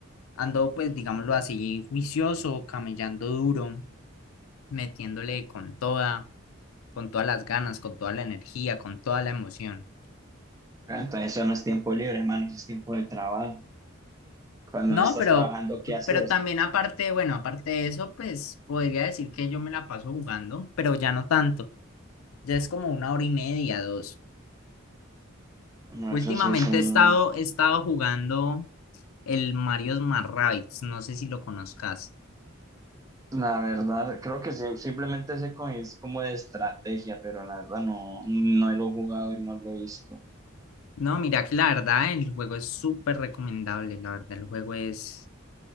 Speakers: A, on the left; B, on the right.
A: ando pues digámoslo así, juicioso, camellando duro, metiéndole con toda, con todas las ganas, con toda la energía, con toda la emoción.
B: Ah, Entonces eso no es tiempo libre, hermano, eso es tiempo de trabajo. Cuando
A: No,
B: no estás
A: pero,
B: trabajando, ¿qué haces?
A: pero también aparte, bueno, aparte de eso, pues podría decir que yo me la paso jugando, pero ya no tanto. Ya es como una hora y media, dos.
B: Bueno,
A: Últimamente
B: eso sí es un...
A: he estado, he estado jugando el Mario Smart Rabbids, no sé si lo conozcas.
B: La verdad, creo que sí, simplemente ese co- es como de estrategia, pero la verdad no, no lo he jugado y no lo he visto.
A: No, mira que la verdad, el juego es súper recomendable, la verdad, el juego es,